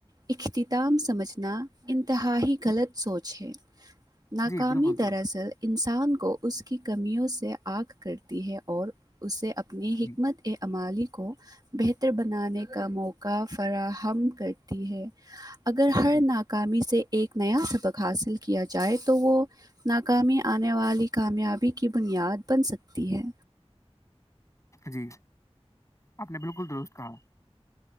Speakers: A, on the right; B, on the left.
A: اختتام سمجھنا انتہائی کا غلط سوچ ہے ناکامی
B: جی بالکل درست
A: دراصل انسان کو اس کی کمیوں سے آگ کرتی ہے اور اسے اپ اپنی
B: جی
A: حکمت امالی کو بہتر بنانے کا موقع فراہم کر ہے اگر ہر
B: جی
A: ناک کاام سے ایک نیا سبق حاصل کیا جائے تو وہ ناکامی آنے والی کامیابی کی بنیاد بن سکتی ہے
B: جی آپ نے بالکل درست کہا